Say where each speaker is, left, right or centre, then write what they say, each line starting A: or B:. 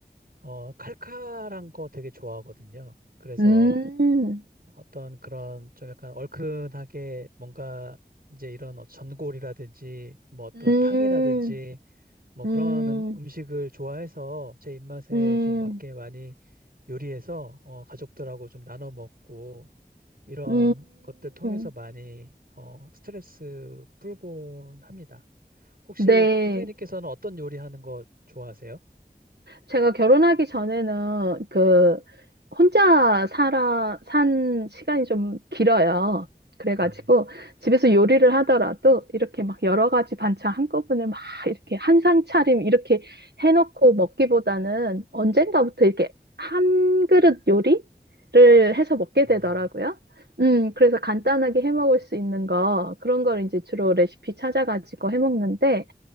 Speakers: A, on the right; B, on the right.
A: 어, 칼칼한 거 되게 좋아하거든요. 그래서
B: 음.
A: 어떤 그런 좀 약간 얼큰하게 뭔가 이제 이런 어, 전골이라든지 뭐 어떤
B: 음,
A: 탕이라든지 뭐
B: 음,
A: 그런 음- 음식을 좋아해서 제 입맛에
B: 음,
A: 좀 맞게 많이 요리해서 어, 가족들하고 좀 나눠 먹고 이런
B: 음.
A: 것들 통해서
B: 음.
A: 많이 어, 스트레스 풀곤 합니다. 혹시
B: 네.
A: 선생님께서는 어떤 요리 하는 거 좋아하세요?
B: 제가 결혼하기 전에는 그 혼자 살아 산 시간이 좀 길어요. 그래가지고
A: 네.
B: 집에서 요리를 하더라도 이렇게 막 여러 가지 반찬 한꺼번에 막 이렇게 한 상 차림 이렇게 해놓고 먹기보다는 언젠가부터 이렇게 한 그릇 요리를 해서 먹게
A: 아,
B: 되더라고요. 음, 그래서 간단하게 해 먹을 수 있는 거 그런 걸 이제 주로 레시피 찾아가지고 해 먹는데